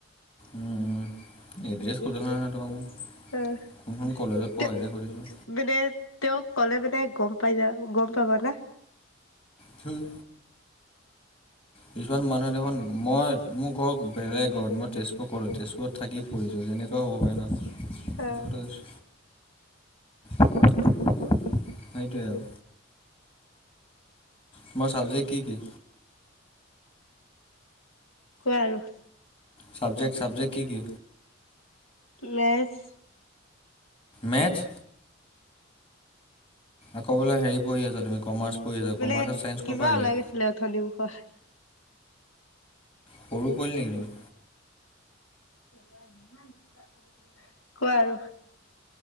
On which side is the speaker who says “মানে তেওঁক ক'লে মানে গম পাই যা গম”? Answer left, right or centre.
Left